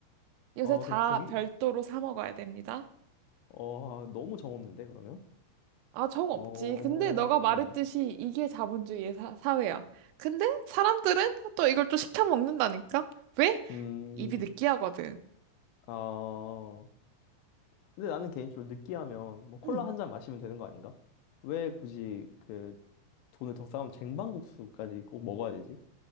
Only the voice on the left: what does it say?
어,
그럼 거기,
어, 너무 정없는데, 그러면?
어,
음,
아. 근데 나는 개인적으로 느끼하면 뭐 콜라
한 잔 마시면 되는 거 아닌가? 왜 굳이 그 돈을 더 싸면 쟁반국수까지 꼭 먹어야 되지?